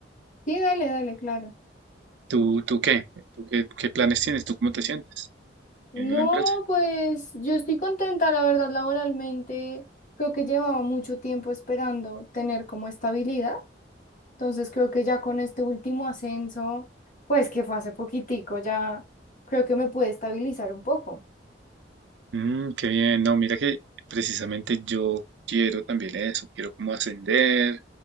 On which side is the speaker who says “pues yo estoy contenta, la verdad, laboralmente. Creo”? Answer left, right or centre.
Left